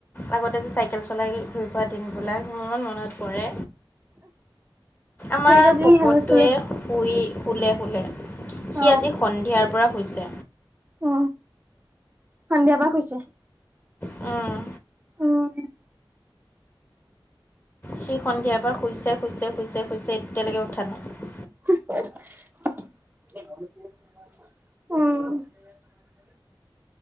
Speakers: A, on the left (about 25°); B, on the right (about 20°).
A: আগতে যে চাইকেল চলাই ঘূৰি ফুৱা দিনবিলাক ইমান মনত পৰে আমাৰ
B: সেইকেইটা দিন
A: পপতটোৱে
B: ভাল আছিলে।
A: শুই শুলে-শুলে। সি
B: অ
A: আজি সন্ধিয়াৰ পৰা শুইছে।
B: অ, সন্ধিয়া পৰা শোইছে।
A: অঁ
B: উম
A: সি সন্ধিয়াৰ পৰা শুইছে-শুইছে-শুইছে-শুইছে এতিয়ালৈকে উঠা নাই।
B: অঁ